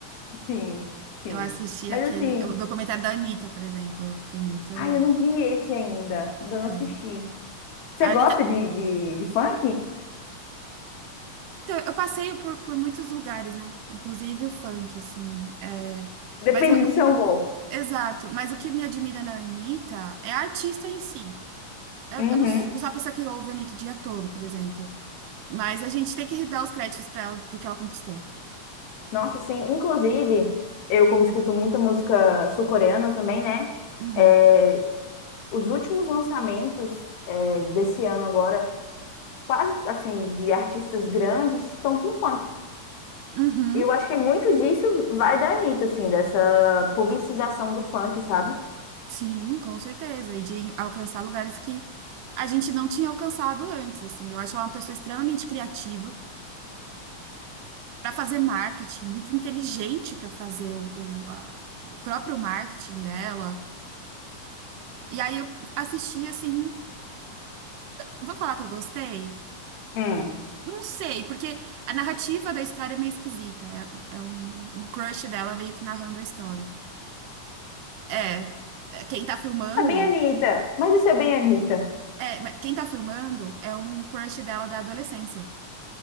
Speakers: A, on the left; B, on the right.
A: <laughs> Sim, sim.
B: Eu assisti
A: Mas
B: aquele,
A: assim,
B: o documentário da Anitta, por exemplo. Eu fiquei muito.
A: ai, eu não vi esse ainda. Ainda não
B: é.
A: assisti. Você
B: A
A: gosta
B: Anitta,
A: de, de, de funk?
B: Então, eu passeio por, por muitos lugares, né? Inclusive o funk, assim. é,
A: Depende
B: Mas eu, eu-
A: do seu humor.
B: Exato. Mas o que me admira na Anitta é a artista em si. Eu,
A: Uhum.
B: eu não, s- não sou a pessoa que ouve a Anitta o dia todo, por exemplo. Mas a gente tem que dar os créditos pra ela do que ela conquistou.
A: Nossa, sim. Inclusive, eu como escuto muita música sul-coreana também, né?
B: Uhum.
A: É, os últimos lançamentos é, desse ano agora, quase assim, de artistas grandes, estão com funk.
B: Uhum.
A: E eu acho que muito disso vai da Anitta, assim, dessa publicização do funk, sabe?
B: Sim, com certeza. E de alcançar lugares que a gente não tinha alcançado antes, assim. Eu acho ela uma pessoa extremamente criativa. para fazer marketing, muito inteligente para fazer o, o, a- o próprio marketing dela. E aí eu assisti assim, vou falar que eu gostei?
A: Hum.
B: Não sei, porque a narrativa da história é meio esquisita. É, é um, um crush dela meio que narrando a história. É, é, quem tá filmando,
A: É bem Anitta, mas isso é bem Anitta.
B: é, mas quem tá filmando é um crush dela da adolescência.